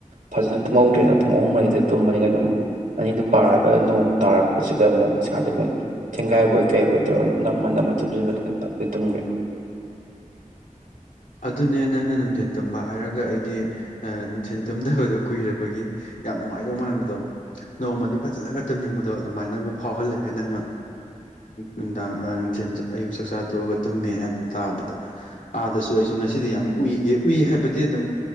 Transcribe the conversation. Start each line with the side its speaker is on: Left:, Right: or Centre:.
Right: ꯐꯖꯅ ꯇꯨꯝꯍꯧꯗ꯭ꯔꯦꯅ ꯄꯨꯡ ꯑꯍꯨꯝ ꯃꯔꯤꯗ ꯇꯨꯝꯕꯅꯤꯅ ꯑꯗꯨꯝ ꯑꯅꯤꯗꯨ ꯄꯥꯔꯒ ꯅꯣꯡ ꯇꯥꯔꯛꯄꯁꯤꯗ ꯑꯃꯨꯛ ꯏꯁꯥꯁꯦ ꯃꯣꯏ ꯊꯦꯡꯒꯥꯏꯕꯣꯏ ꯀꯩ ꯑꯣꯏ ꯇꯧꯔꯒ ꯅꯝꯃ ꯅꯝꯃ ꯇꯨꯝꯁꯤꯟꯕꯗꯨꯅ ꯂꯣꯏꯅ ꯇꯨꯝꯈ꯭ꯔꯦ
Left: ꯑꯗꯨꯅꯦ ꯅꯪꯅ ꯅꯨꯡꯊꯜ ꯇꯨꯝꯕ ꯍꯥꯏꯔꯒ ꯑꯩꯗꯤ ꯅꯨꯡꯊꯦꯜ ꯇꯨꯝꯗꯕꯗꯣ ꯀꯨꯏꯔꯕꯒꯤ ꯌꯥꯝ ꯅꯨꯡꯉꯥꯏꯗꯧ ꯃꯥꯟꯕꯗꯣ ꯅꯣꯡꯃꯗꯤ ꯐꯖꯅꯒ ꯇꯨꯝꯅꯤꯡꯕꯗꯣ ꯑꯗꯨꯃꯥꯏꯅꯕꯨ ꯐꯥꯎꯍꯜꯂꯛꯑꯦ ꯅꯪꯅ ꯅꯨꯡꯗꯥꯡ ꯅꯨꯡꯊꯤꯟ ꯑꯌꯨꯛ ꯆꯥꯛꯆꯥ ꯇꯣꯛꯑꯒ ꯇꯨꯝꯃꯦ ꯍꯥꯏꯕꯗꯣ ꯇꯥꯕꯗ ꯑꯥꯗꯁꯨ ꯑꯣ ꯑꯩꯁꯨ ꯉꯁꯤꯗꯤ ꯌꯥꯝ ꯎꯏꯌꯦ ꯎꯏ ꯍꯥꯏꯕꯗꯤ ꯑꯗꯨꯝ